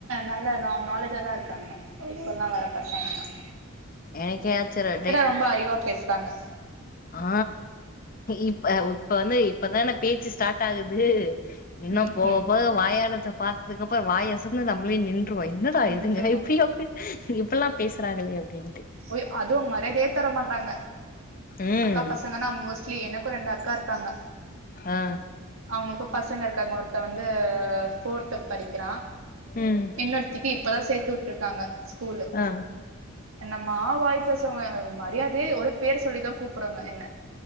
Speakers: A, on the right; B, on the left.
A: நல்லது நாலேஜா தான் இருக்காங்க இப்பல்லாம் வற பசங்கல்லாம்
B: எனக்குே ஆச்ச ர
A: ரொம்ப அறிவா பேசுறாங்க
B: ஆ இப்ப இப்ப வந்து இப்பதானே பேச்சு ஸ்டார்ட் ஆகுது இன்னும்
A: ம்
B: போக
A: ம்
B: போக வாயடத்தை பார்த்ததுக் அப்புறம் வாயசந்து நம்மளே நின்று என்னதான்
A: நிஜமா
B: இதுங்க எப்பயும் எப்பல்லாம் பேசுறாங்களே அப்படின்னு
A: ஒய் அதூ மர்யாதே தர மாட்டாங்க
B: ம்
A: அக்கா பசங்கனா மோஸ்ட்லி எனக்கூ ரெண்டு அக்கா இருக்காங்க
B: ஆ
A: அவங்களுக்கூ பசங்கருக்காங்க ஒருத்த வந் அ ஃபோர்த்துப் படிக்கிறா
B: ம்
A: இன்னொருத்திக்கி இப்பதா சேத்துவுட்ருக்காங்க ஸ்கூலு
B: ஆ
A: என்னமா வாய் பேசுவாங்க மர்யாதையே ஒரே பேர் சொல்லிதா கூப்புட்றாங்க என்ன